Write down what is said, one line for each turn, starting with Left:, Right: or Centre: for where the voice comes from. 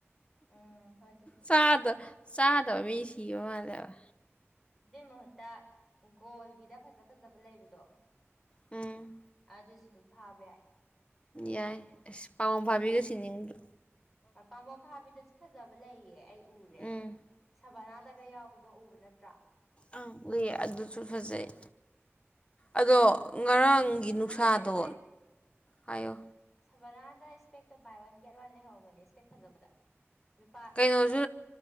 Centre: ꯎꯝ ꯍꯣꯏ ꯑꯗꯨꯕꯨꯗꯤ
Left: ꯆꯥꯗ ꯆꯥꯗꯕ ꯃꯤ ꯁꯤꯕ ꯃꯥꯂꯦꯕ
Centre: ꯑꯗꯨꯏ ꯃꯍꯨꯠꯇ ꯒꯣꯜꯒꯤꯗ ꯐꯖ ꯐꯖꯕ ꯂꯩꯕꯗꯣ
Left: ꯎꯝ
Centre: ꯑꯗꯨꯁꯨ ꯑꯗꯨꯝ ꯐꯥꯕ ꯌꯥꯏ
Left: ꯌꯥꯏ ꯑꯁ ꯄꯥꯎꯝ ꯐꯥꯕꯤꯒꯁꯤ ꯅꯤꯡꯕ
Centre: ꯄꯥꯝꯕꯣꯝ ꯍꯥꯞꯕꯤꯗꯁꯨ ꯐꯖꯕ ꯂꯩꯌꯦ ꯑꯩ ꯎꯔꯦ
Left: ꯎꯝ
Centre: ꯁꯕꯅꯥꯗꯒ ꯌꯥꯎꯕꯗꯣ ꯎꯕ ꯅꯠꯇ꯭ꯔꯥ
Left: ꯑ ꯎ ꯑꯗꯨꯁꯨ ꯐꯖꯩ ꯑꯗꯣ ꯉꯔꯥꯡꯒꯤ
Centre: ꯑꯦ
Left: ꯅꯨꯡꯁꯥꯗꯣ
Centre: ꯉꯥꯏꯈꯣ ꯀꯩꯅꯣꯝ
Left: ꯍꯥꯏꯌꯣ
Centre: ꯁꯕꯔꯥꯗ ꯏꯁꯄꯦꯛꯇꯣ ꯕꯥꯏ ꯋꯥꯟ ꯒꯦꯠ ꯋꯥꯟ ꯂꯩꯍꯧꯕꯅꯦ ꯏꯁꯄꯦꯛ ꯐꯖꯕꯗ ꯂꯨꯄꯥ
Left: ꯀꯩꯅꯣꯁꯨ